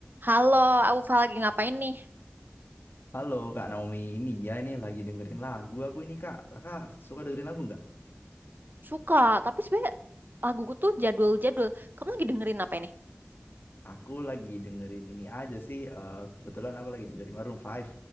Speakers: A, on the right (about 55°); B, on the left (about 60°).
A: Halo, Aufa lagi ngapain nih?
B: Halo Kak Naomi, ini ya ini lagi dengerin lagu aku ini Kak. Kakak suka dengerin lagu nggak?
A: Suka, tapi sebenernya laguku tuh jadul-jadul. Kamu lagi dengerin apa ini?
B: Aku lagi dengerin ini aja sih. eh, kebetulan aku lagi dengerin Maroon Five.